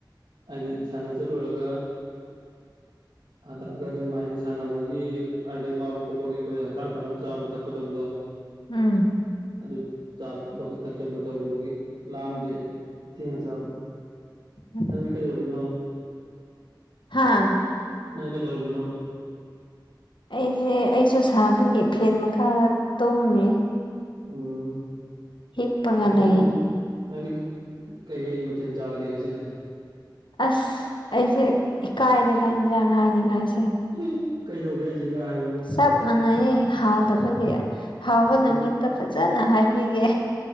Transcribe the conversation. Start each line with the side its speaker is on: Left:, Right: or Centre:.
Right: ꯍꯥꯏꯗꯤ ꯁꯥꯟꯅ ꯆꯠꯂꯨꯔꯒ ꯍꯜꯂꯛꯑꯒ ꯑꯗꯨꯝ ꯍꯥꯏꯗꯤ ꯁꯥꯟꯅꯕꯒꯤ ꯍꯥꯏꯗꯤ ꯋꯥꯕ ꯈꯣꯠꯄꯒꯤ ꯑꯩꯈꯣꯏ ꯍꯛꯆꯥꯡ ꯐꯅꯕ ꯆꯥꯕ ꯊꯛꯄ ꯇꯧꯕꯗꯣ꯫
Left: ꯎꯝ꯫
Right: ꯑꯗꯨ ꯆꯥꯕ ꯊꯛꯆꯟꯕ ꯇꯧꯔꯨꯕꯒꯤ ꯂꯥꯝꯗꯦꯅ ꯊꯦꯡꯅ ꯆꯥꯕ꯫
Left: <inaudible>
Right: ꯅꯪꯗꯤ ꯀꯩꯗꯧꯔꯝꯃꯤꯅꯣ?
Left: ꯍꯥꯥ?
Right: ꯅꯪ ꯀꯩꯗꯧꯔꯝꯃꯤꯅꯣꯕ?
Left: ꯑꯩꯁꯦ ꯑꯩꯁꯨ ꯁꯥꯕꯒꯤ ꯐꯦꯟ ꯃꯈꯥꯗ ꯇꯨꯝꯃꯤ꯫
Right: ꯎꯝ
Left: ꯍꯤꯞꯄꯒ
Right: ꯐꯩꯌꯦ
Left: ꯂꯩꯌꯦ
Right: ꯑꯗꯨꯖꯨ꯫ ꯅꯪꯗꯤ ꯀꯩꯀꯩ ꯃꯊꯦꯟ ꯆꯥꯔꯒꯦ ꯉꯁꯤꯗꯤ꯫
Left: ꯑꯁ ꯑꯩꯁꯦ ꯏꯀꯥꯏꯔꯦꯗ ꯏꯟꯖꯥꯡ ꯍꯥꯏꯅꯤꯡꯉꯥꯏꯁꯦ꯫
Right: ꯏ ꯀꯩꯗꯧꯒꯦ ꯍꯥꯏꯖꯦ ꯏꯟꯖꯥꯡ ꯍꯥꯏꯕꯕꯨ꯫
Left: ꯆꯞ ꯃꯥꯟꯅꯩ ꯍꯥꯎꯇꯕꯒꯤ ꯍꯥꯎꯕ
Right: ꯎꯝ
Left: ꯅꯨꯃꯤꯠꯇ ꯐꯖꯅ ꯍꯥꯏꯕꯤꯒꯦ꯫